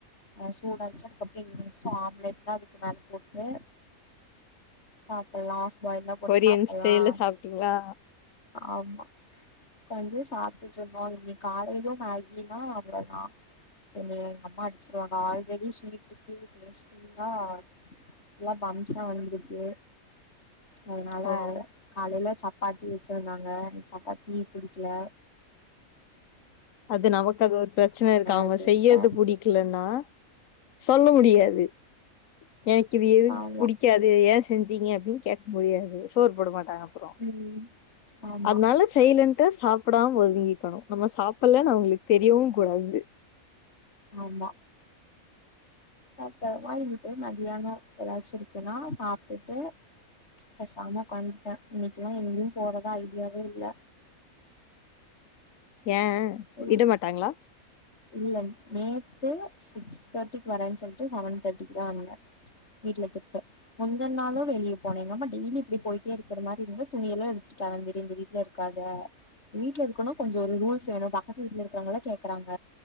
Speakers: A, on the left; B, on the left.
A: அ சடாச்சு அதுக்கப்புறம் எங்கச்சும் ஆம்லேட் எல்லாம் அதுக்கு மேல போட்டு சாப்பலா பாயி போட்டு
B: கொரியன்
A: சாப்படலாம்
B: ஸ்டைல்ல சாப்ட்டீங்களா
A: ஆமா <unintelligible> சாப்பிட்டுட்டு இருந்தோம் இன்று காலையிலும் மேகினா அவ்வளவுதான் என் எங்க அம்மா அடிச்சிருவாங்க ஆல்ரெடி ஸ்வீட்டுக்கு ஸ் ஃபுல்லா பம்ப்ஸா வந்துட்டு அதனால
B: ஓ
A: காலையில சாப் சப்பாத்தி வச்சிருந்தாங்க எனக்கு சப்பாத்தி குடிக்கல
B: அது நமக்கு அது ஒரு பிரச்சன இருக்கு அவங்க
A: அப்டின்ட்டே
B: செய்யறது பிடிக்கலன்னா சொல்ல முடியாது எனக்கு இது எது
A: ஆமா
B: பிடிக்காது ஏ செஞ்சீங்க அப்படின்னு கேட்க முடியாது சோறு போடுமா அப்புறம்
A: ம் ஆமா
B: அதனால சைலன்டா சாப் அப்பான் ஒதுங்கிக்கணும் நம்ம சாப் அப்பல்லாம் ந அவங்களுக்கு தெரியவும் கூடாது
A: ஆமா அப்புறமா இங்கி போய் மதியானம் ஏதாச்சும் இருக்குன்னா சாப்பிட்டுட்டு பேசாம உட்காந்துட்டேன் இன்னைக்கெல்லாம் எங்கேயும் போறத ஐடியாவே இல்ல
B: ஏ
A: சரி
B: விட மாட்டாங்களா
A: இல்ல நேத்து சிக்ஸ் தேர்ட்டிக்கு வரேன்னு சொல்லிட்டு செவன் தேர்ட்டிக்கு தான் வந்தேன் வீட்டுல திட்டு முந்த நாளும் வெளியே போனேன் எங்கம்மா டெய்லி இப்படி போயிட்டே இருக்கிற மாதிரி இருந்த துணிய எல்லாம் எடுத்துட்டு கிளம்பிடு இந்த வீட்டுல இருக்காத வீடல இருக்கணு கொஞ்ச ஒரு ரூல்ஸ் வேணும் பக்கத்து வீட்டுல இருக்கறாங்களாம் கேக்குறாங்க